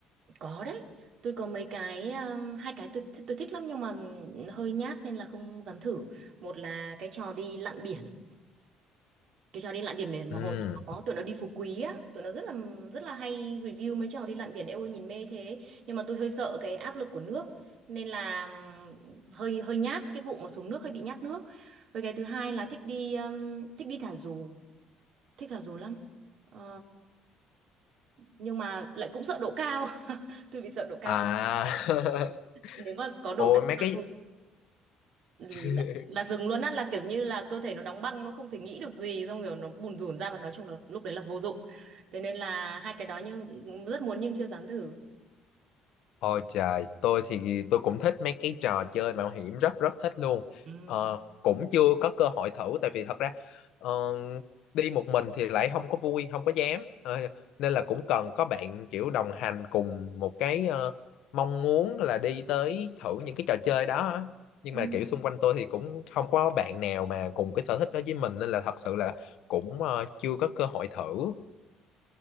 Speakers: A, on the right; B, on the left.
A: Có đấy, tôi có mấy cái um, hai cái tôi tôi thích lắm nhưng mà hơi nhát nên là không dám thử. Một là cái trò đi lặn biển, cái trò đi lặn biển biển mà
B: Ừ.
A: hồi tụi nó tụi nó đi Phú Quý á, tụi nó rất là rất là hay review mấy trò đi lặn biển. Eo ơi nhìn mê thế, nhưng mà tôi hơi sợ cái áp lực của nước nên là um, hơi hơi nhát cái vụ mà xuống nước hơi bị nhát nước. Với cái thứ hai là thích đi um, thích đi thả dù, thích thả dù lắm. Ờ, nhưng mà lại cũng sợ độ cao, <laughs> tôi bị sợ độ cao
B: À, <laughs>
A: nếu mà có độ
B: ôi
A: cao
B: mấy
A: là
B: cái
A: thôi là,
B: <laughs>
A: là dừng luôn á là kiểu như là cơ thể nó đóng băng nó không thể nghĩ được gì xong kiểu nó bùn rủn ra và nói chung là lúc đấy là vô dụng thế nên là hai cái đó nhưng rất muốn nhưng chưa dám thử
B: Ôi trời, tôi thì tôi cũng thích mấy cái trò chơi mạo hiểm rất rất thích luôn.
A: ừ.
B: Ờ, cũng chưa có cơ hội thử tại vì thật ra ờ, đi một mình thì lại không có vui, không có dám. Ờ, nên là cũng cần có bạn kiểu đồng hành cùng một cái ờ, mong muốn là đi tới thử những cái trò chơi đó. á. Nhưng
A: Ừ.
B: mà kiểu xung quanh tôi thì cũng không có bạn nào mà cùng cái sở thích đó với mình nên là thật sự là cũng ờ, chưa có cơ hội thử.